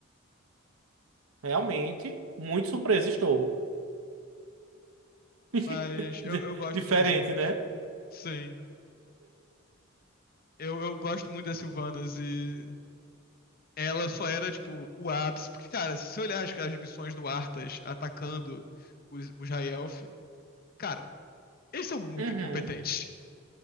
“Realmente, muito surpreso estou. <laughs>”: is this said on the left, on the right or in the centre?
Right